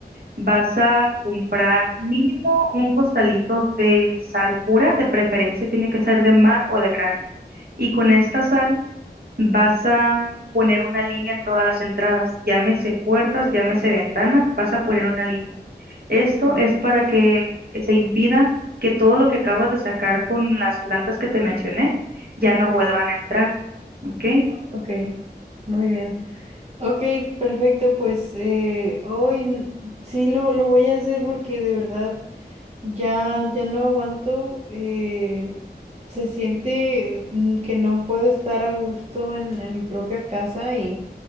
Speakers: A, on the right; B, on the right.
A: vas a comprar mínimo un costalito de sal pura, de preferencia tiene que ser de mar o de grano. Y con esta sal vas a poner una línea en todas las entradas, llámese puertas, llámese ventanas, vas a poner una línea. Esto
B: Ok,
A: es para que se impida que todo lo que acabas de sacar con las plantas que te mencioné ya
B: ok,
A: no vuelvan a entrar, ¿ok?
B: ok. Muy bien. Ok, perfecto, pues eh, hoy n- sí lo, lo voy a hacer porque de verdad ya, ya no aguanto, eh, se siente mm, que no puedo estar a gusto en, en mi propia casa y,